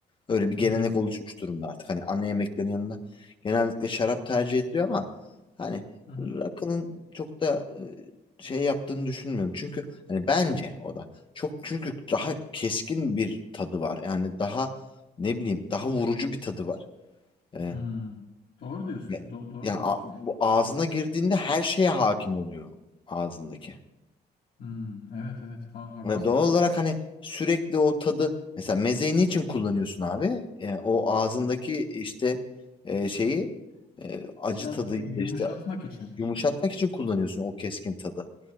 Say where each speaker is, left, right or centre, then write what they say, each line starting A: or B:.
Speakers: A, on the left; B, on the left.
A: Öyle bir gelenek
B: Hmm,
A: oluşmuş durumda artık. Hani ana yemeklerin yanında genellikle şarap tercih ediliyor ama hani
B: hı hı,
A: rakının çok da e, şey yaptığını düşünmüyorum. Çünkü hani bence o da çok çünkü daha keskin bir tadı var. Yani daha ne bileyim daha vurucu bir tadı var. Ee,
B: hmm. Doğru diyorsun.
A: ve-
B: do- doğru
A: yani
B: diyorsun.
A: a- bu ağzına girdiğinde her şeye hakim oluyor ağzındaki.
B: Hmm, evet evet ha, haklısın.
A: Ve doğal olarak hani sürekli o tadı mesela mezeyi niçin kullanıyorsun abi? E, o ağzındaki işte e, şeyi e, acı
B: Biraz
A: tadı
B: yumuşatmak
A: ya da işte
B: için.
A: yumuşatmak için kullanıyorsun o keskin tadı.